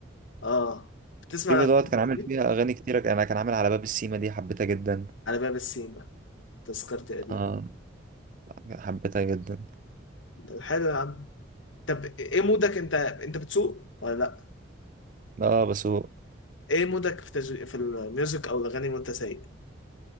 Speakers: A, on the left; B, on the right.
A: اه بتسمع
B: ريفو
A: الاغاني
B: دوت كان عامل
A: دي
B: فيها اغاني كتيره انا كان عامل على باب السيما دي حبيتها جدا
A: على باب السيما تذكرتي قديم
B: اه حبيتها جدا
A: طب حلو يا عم طب ايه مودك انت انت بتسوق ولا لا
B: اه بس هو
A: ايه مودك في تج... في الميوزك او الاغاني وانت سايق